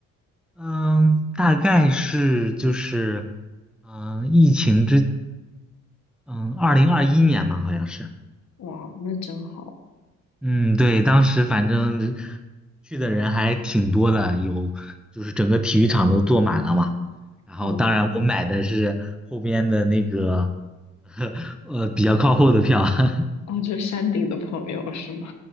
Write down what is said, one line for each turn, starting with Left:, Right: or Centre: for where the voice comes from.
Centre: 嗯，大概是就是嗯，疫情之嗯，二零二一年嘛，好像是。
Left: 哇，那真好。
Centre: 嗯，对，当时反正去的人还挺多的，有就是整个体育场都坐满了嘛。然后当然我买的是后边的那个，
Left: 嗯，
Centre: <laughs> 呃，比较靠后的票。<laughs>
Left: 哦，就是山顶的朋友是吗？